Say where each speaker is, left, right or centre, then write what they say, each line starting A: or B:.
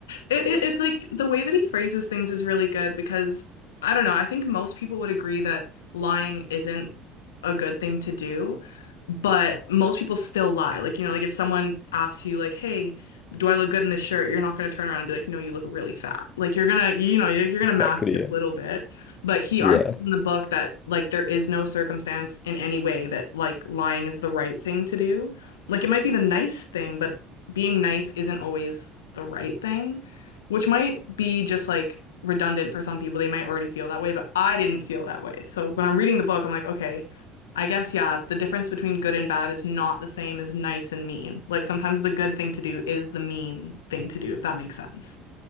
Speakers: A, on the left; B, on the left.
A: It, it, it's like the way that he phrases things is really good because I don't know. I think most people would agree that lying isn't a good thing to do, but most people still lie. Like, you know, like if someone asks you, like, hey, do I look good in this shirt? You're not going to turn around and be like, no, you look really fat. Like, you're going to, you know, you're, you're going
B: Exactly.
A: to mask it
B: Yeah.
A: a little bit. But he
B: Yeah.
A: argues in the book that, like, there is no circumstance in any way that, like, lying is the right thing to do. Like, it might be the nice thing, but being nice isn't always the right thing, which might be just like redundant for some people. They might already feel that way, but I didn't feel that way. So when I'm reading the book, I'm like, okay, I guess, yeah, the difference between good and bad is not the same as nice and mean. Like sometimes the good thing to do is the mean thing to do, if that makes sense.